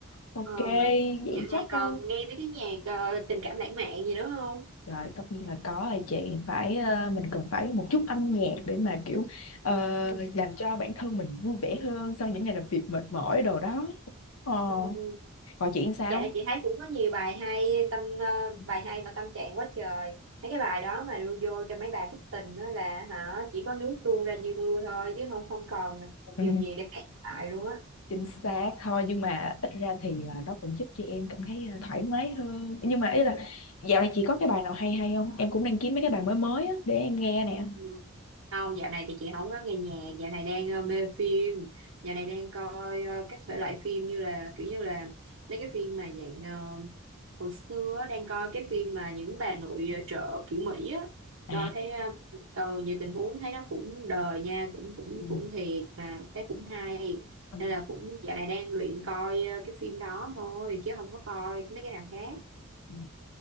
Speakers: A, on the left (about 85°); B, on the right (about 75°).
A: Ok,
B: ờ
A: vậy
B: dạo
A: chắc
B: này còn
A: ờ,
B: nghe mấy cái nhạc ờ, tình cảm lãng mạn gì nữa không
A: trời tất nhiên là có rồi chị phải ờ, mình cần phải một chút âm nhạc để mà kiểu ờ,
B: Ừ.
A: làm cho bản thân mình vui vẻ hơn sau những ngày làm việc mệt mỏi đồ đó. Ờ,
B: Ừ, ừ.
A: còn chị sao?
B: Dạo này chị thấy cũng có nhiều bài hay tâm ờ,
A: <laughs>
B: bài hay mà tâm trạng quá trời mấy cái bài đó mà đưa vô cho mấy bài thất tình đó là hả chỉ có nước tuôn ra như mưa thôi chứ không không còn
A: Ừ,
B: điều gì để cãi lại luôn á
A: chính xác thôi nhưng mà ít ra thì ờ, nó cũng giúp cho em cảm thấy ờ, thoải mái hơn. Nhưng mà ý là dạo này chị có cái bài nào hay hay không? Em cũng đang kiếm mấy cái bài mới mới á để em nghe nè.
B: Ừ. Không, dạo này thì chị không có nghe nhạc, dạo này đang ờ, mê phim, dạo này đang coi ờ, các thể loại phim như là kiểu như là mấy cái phim mà dạng ờ, hồi xưa á, đang coi cái phim mà những bà nội ờ, chợ kiểu Mỹ á,
A: À.
B: rồi thấy ờ, ờ, nhiều tình huống thấy nó cũng đời nha, cũng cũng
A: Ừ.
B: cũng thiệt mà thấy cũng hay,
A: Ừ.
B: nên là cũng dạo này đang luyện coi ờ, cái phim đó thôi chứ không có coi mấy cái nào khác.
A: Ừ.